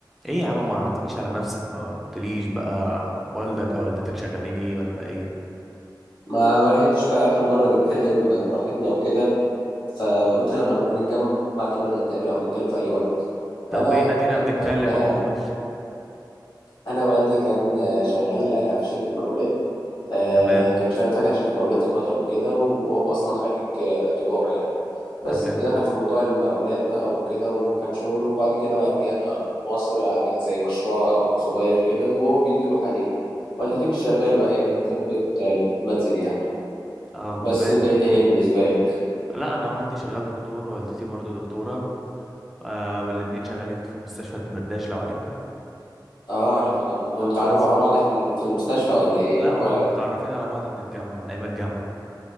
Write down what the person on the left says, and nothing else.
ما ما لحقتش بقى اخر مره نتكلم براحتنا وكده فقلت لما نبقى نتجمع تاني ولا نتقابل او نتكلم في اي وقت
انا
والدي
يا
عم كان
انا والدي كان شغال في شركه مقاولات آه،
كان شغال فاتح شركه مقاولات في قطر وكده وهو اصلا خريج آه، تجاره يعني بس
دخل في موضوع المقاولات بقى وكده وخد شغل وبعد كده بقى رجعنا مصر عمل زي مشروع صغير كده وهو بيديره حاليا والدتي مش شغاله بقى هي والدتي ربت آه، بمنزل يعني
بس
انت ايه الدنيا بالنسبه لك
اه عارفها طبعا هم متعرفوا
على بعض في ال- في المستشفى ولا ايه يعني
هم